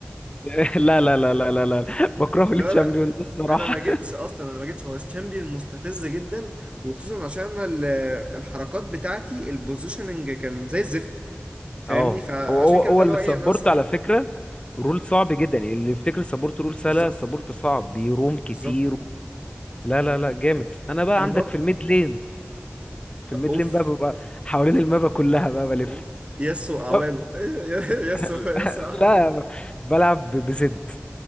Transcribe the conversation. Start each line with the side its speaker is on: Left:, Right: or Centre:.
Left: <laughs> لا لا لا لا لا لا بكرهه
Right: اللي
Left: للتشامبيون
Right: هو لا
Left: ده الصراحه
Right: انا ما جيتش اصلا انا ما جيتش هو الشامبيون مستفز جدا وخصوصا عشان أنا ال- الحركات بتاعتي البوزيشننج كان زي الزفت فاهمني
Left: اه
Right: فعشان
Left: هو هو
Right: كده
Left: هو
Right: بقى اللي
Left: السبورت
Right: هو ايه انا لسه
Left: على فكرة رول صعب جدا يعني اللي يفتكر السبورت رول سهلة
Right: بالظبط
Left: السبورت صعب بيروم كتير
Right: بالظبط
Left: لا
Right: بالظبط
Left: لا لا جامد انا بقى
Right: انا
Left: عندك
Right: بقى
Left: في الميد لين في الميد
Right: اوف
Left: لين بقى ببقى حوالين المابا كلها بقى بلف
Right: اوف ياسو اعوانه
Left: لا
Right: <laughs> ياسو
Left: <laughs>
Right: ياسو اعوانه
Left: لا، بلعب ب- بزد